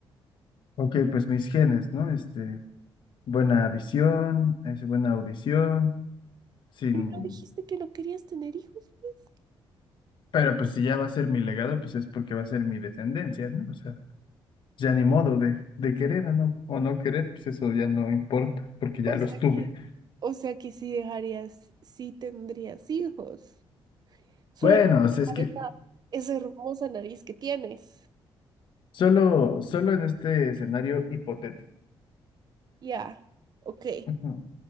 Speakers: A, on the left; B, on the right.
A: Ok, pues mis genes, ¿no? Este, buena visión, es buena audición, sin...
B: Pero no dijiste que no querías tener hijos, pues.
A: Pero pues si ya va a ser mi legado, pues es porque va a ser mi descendencia, ¿no? O sea, ya ni modo de, de querer o no, o no querer, pues eso ya no importa, porque ya
B: O
A: los
B: sea
A: tuve.
B: que, o sea que sí dejarías, sí tendrías hijos. Solo
A: Bueno, o sea,
B: para
A: es que
B: esa hermosa nariz que tienes.
A: solo, solo en este escenario hipotético.
B: Ya, ok.
A: Ujú.